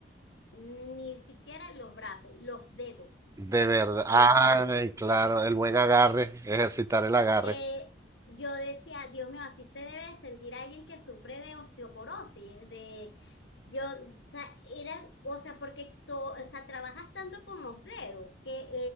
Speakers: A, on the left; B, on the right.
A: ni siquiera los brazos, los dedos
B: De verdad.
A: de
B: Ay,
A: la mano.
B: claro, el buen agarre, ejercitar el agarre.
A: Eh, yo decía, Dios mío, así se debe sentir alguien que sufre de osteoporosis, de yo, o sea, era, o sea, porque to- o sea, trabajas tanto con los dedos que